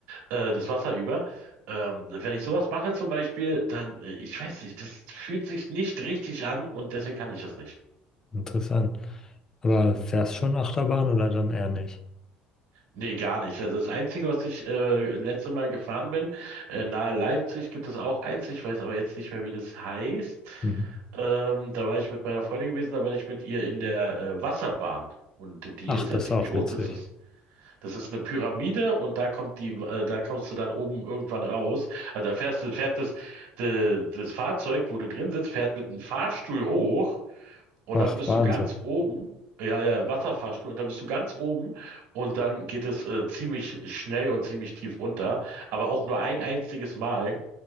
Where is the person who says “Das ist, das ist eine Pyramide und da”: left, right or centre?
Right